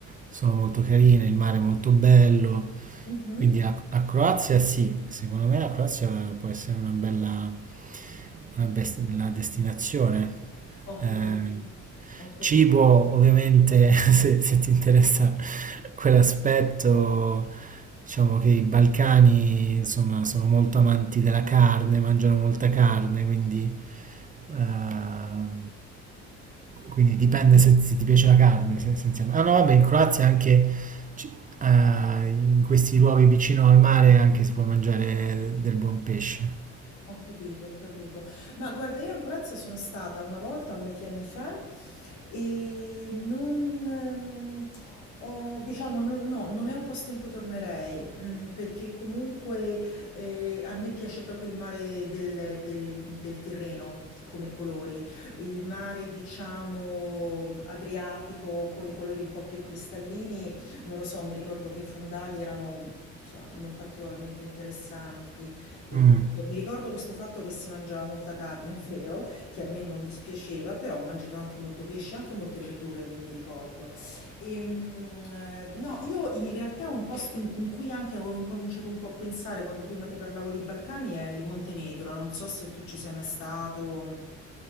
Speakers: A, on the right (about 25°); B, on the left (about 75°).
A: sono molto carine, il mare è molto bello,
B: Mh-mh.
A: quindi la, la Croazia sì, secondo me la Croazia può essere una bella, una best- bella destinazione.
B: Ho
A: Eh,
B: capito. Ho capito.
A: cibo, ovviamente, <laughs> se, se ti interessa quell'aspetto, diciamo che i Balcani, insomma, sono molto amanti della carne, mangiano molta carne, quindi ehm, quindi
B: Mh-mh.
A: dipende se, se ti piace la carne, se- essenzialmente. Ah no, vabbè, in Croazia anche ci- eh, in questi luoghi vicino al mare anche si può mangiare del buon pesce.
B: Ho capito, ho capito. Ma guarda, io in Croazia sono stata una volta, molti anni fa, e non, ehm, eh, diciamo, non- no, non è un posto in cui tornerei, mm, perché comunque eh, a me piace proprio il mare del, del- del Tirreno come colori, il mare, diciamo, Adriatico con i colori un po' più cristallini, non lo so, mi ricordo che i fondali erano... Insomma, non particolarmente interessanti, e
A: Mm.
B: tutto. Mi ricordo questo fatto che si mangiava molta carne, è vero, che a me non dispiaceva, però ho mangiato anche molto pesce, anche molte verdure, mi ricordo. E, mm, eh, no, io in realtà un posto in cui anche avevo incominciato un po' a pensare quando prima ti parlavo di Balcani è il Montenegro, non so se tu ci sei mai stato.